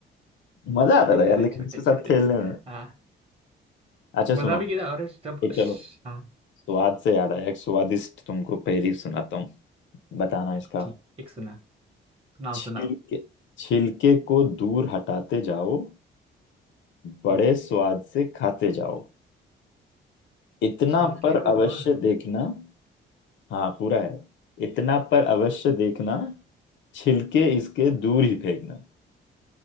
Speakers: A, on the left; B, on the right.
A: मजा आता
B: बेचारे
A: था यार लेकिन
B: छोटे
A: उसके साथ
B: छोटे
A: खेलने में
B: हाँ
A: अच्छा सुनो
B: मजा भी किया और जब
A: ये चलो
B: हाँ
A: स्वाद से याद आया एक स्वादिष्ट तुमको पहेली सुनाता हूँ बताना इसका
B: ठीक एक सुना सुनाओ
A: छिलके
B: सुनाओ
A: छिलके को दूर हटाते जाओ
B: ठीक
A: बड़े
B: है
A: स्वाद से खाते जाओ इतना
B: छिलके
A: पर
B: को
A: अवश्य
B: दूर
A: देखना हाँ पूरा है इतना पर अवश्य देखना छिलके इसके दूर ही फेंकना